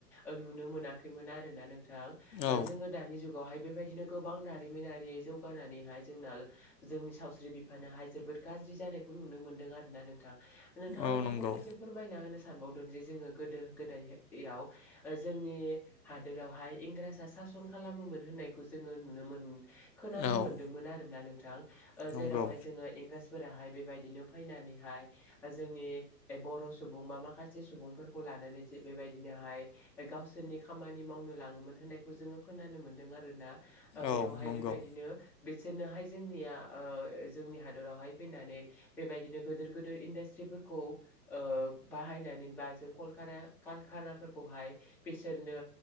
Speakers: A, in the centre; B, on the left (about 80°).
A: ओ नुनो मोनैमोन आरोना नोंथां
B: औ
A: ओ जोङो दानि जुग हाय बेबायदिनो गोबां दारिमिनारि जौगानानैहाय जोंना जोंनि सावस्रि बिफानहाय जोबोद खोरखाज्रि जानायखौ नुनो मोन्दों आरो ना नोंथां? नोंथां
B: औ
A: आङो
B: नंगौ
A: फंनैसो फोरमायना होनो सानबावदों जे जोङो गोदो गोदायहाय याव जोंनि हादोरावहाय इंराजा सासन खालामोमोन होननायखौ जोङो नुनो मोन खोनानो
B: औ
A: मोनदोंमोन आरोोना नोंथां
B: नंगौ
A: जेरावहाय जोङो इंराज फोराहाय बेबायदिनो फैनानैहाय जोंनि बर' सुबुं बा माखासे सुबुंफोरखौ ला लानानै जे बेबायदिनोहाय गावसोरनि खामानि मावनो लाङोमोन होननायखौ जोङो खोनानो मोनदों आरो ना ओ बेयावहाय
B: औ नंगौ
A: बेबायदिनो बि बिसोरनोहाय जोंनिया ओ- जोंनि हादरावहाय फैनानै बेबायदिनो गिदोर गदोर इडास्ट्रिफो खौ ओ बाहायनानै बा जों कलकारा कारखानाफोरखौहाय बिसोरनो